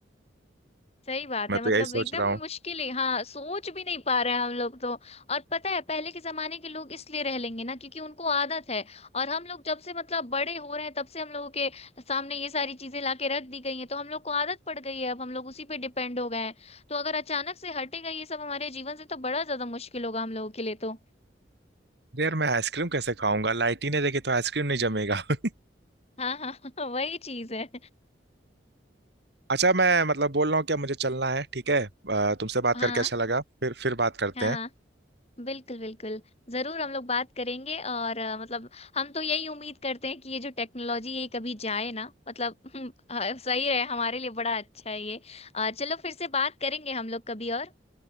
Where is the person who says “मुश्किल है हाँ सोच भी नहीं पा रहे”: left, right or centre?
Left